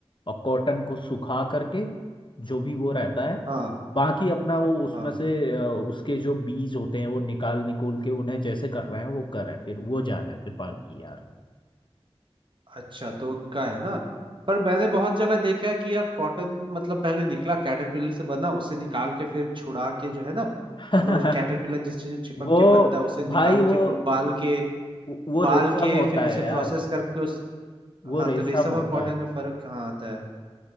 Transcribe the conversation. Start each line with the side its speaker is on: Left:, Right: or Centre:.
Left: और कॉटन को सुखा करके जो भी वो रहता है
Right: हाँ
Left: बाकी अपना वो उसमें
Right: हाँ
Left: से अ, उसके जो बीज होते हैं वो निकाल निकूल के उन्हें जैसे कर रहे हैं वो कर रहे हैं फिर वो जाना है फिर बाकी यार
Right: अच्छा तो उनका है ना पर मैंने बहुत जगह देखा है कि यार कॉटन मतलब पहले निकला कैटरपिलर से बना उसे निकाल के फिर छुड़ा के जो है ना
Left: <laughs>
Right: मतलब जो कैटरपिलर जिस चीज में चिपक
Left: वो
Right: के बनता है उसे निकाल
Left: भाई वो
Right: के उबाल के
Left: वो
Right: उबाल
Left: रेशम
Right: के
Left: होता
Right: फिर उसे
Left: है यार
Right: प्रोसेस करके उस
Left: वो
Right: हाँ
Left: रेशम
Right: तो रेशम और
Left: होता
Right: कॉटन
Left: है
Right: में फर्क कहाँ आता है